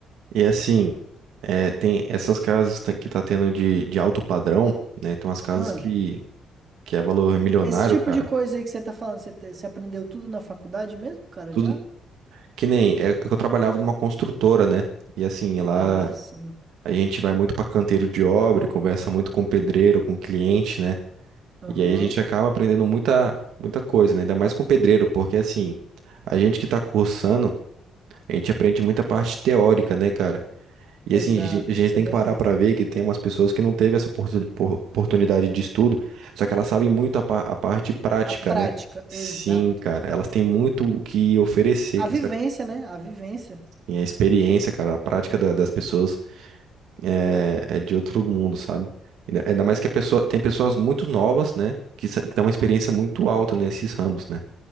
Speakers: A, on the right; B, on the right.
A: E assim, é, tem essas casas ta- que tá tendo de, de alto padrão, né? Tem umas casas
B: Ahn.
A: que que é valor milionário,
B: Esse tipo
A: cara.
B: de coisa aí que você tá falando, você, te- você aprendeu tudo na faculdade mesmo, cara,
A: Tudo
B: já?
A: que nem é que eu trabalhava numa construtora, né? E assim, lá
B: Ah, sim.
A: a gente vai muito pra canteiro de obra, conversa muito com o pedreiro, com o cliente, né?
B: Aham.
A: E aí a gente acaba aprendendo muita muita coisa, né? Ainda mais com o pedreiro, porque assim, a gente que tá cursando, a gente aprende muita parte teórica, né, cara? E
B: Exato,
A: assim, gen- a gente
B: isso
A: tem
B: é verdade.
A: que parar para ver que tem umas pessoas que não teve essa oportu- por- oportunidade de estudo, só que elas sabem muito a, pa- a parte prática,
B: A prática,
A: né? Sim,
B: exato.
A: cara, elas têm muito o que oferecer,
B: A
A: que
B: vivência,
A: essa
B: né? A vivência.
A: e a experiência, cara, a prática da- das pessoas é, é de outro mundo, sabe? Ainda ainda mais que a pessoa, tem pessoas muito novas, né? Que sa- que têm uma experiência muito alta nesses ramos, né?